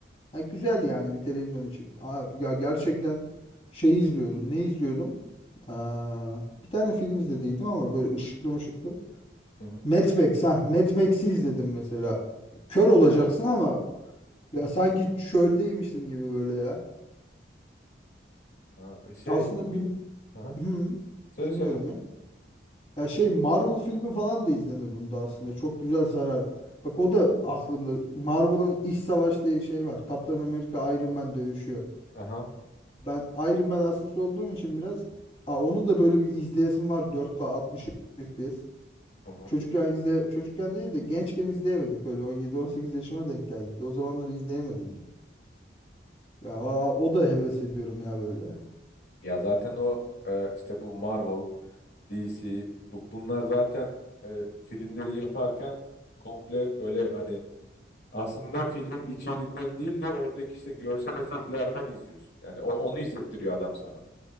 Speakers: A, on the left (about 30°); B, on the left (about 60°).
A: Ya güzel yani bir televizyon için. Aa, ya gerçekten şey izliyordum. Ne izliyordum? Aa, bir tane film izlediydim ama böyle ışıklı mışıklı.
B: Hı hı.
A: Mad Max ha. Mad Max'i izledim mesela. Kör olacaksın ama ya sanki çöldeymişsin gibi böyle ya.
B: Aa, Şey.
A: Aslında bir...
B: Hı hı.
A: Hı,
B: Söyle
A: dinliyorum
B: söyle.
A: ya. Ya şey Marvel filmi falan da izlenir bunda aslında. Çok güzel sarar. Bak o da aklımda. Marvel'ın İç Savaş diye şey var. Kaptan Amerika Iron Man dövüşüyor.
B: Aha.
A: Ben Iron Man hastası olduğum için biraz Aa, onu da böyle bir izleyesim var 4K 60 FPS.
B: Hı hı.
A: Çocukken izle çocukken değil de gençken izleyemedik böyle 17-18 yaşıma denk geldiydi. O zamanlar izleyemediydik. Ya aa, o da heves ediyorum ya böyle.
B: Ya zaten o e, işte bu Marvel, DC bu- bunlar zaten e, filmleri yaparken komple böyle hani aslında filmin içeriğinden değil de oradaki işte görsel efektlerden izliyorsun. Yani o- onu izlettiriyor adam sana.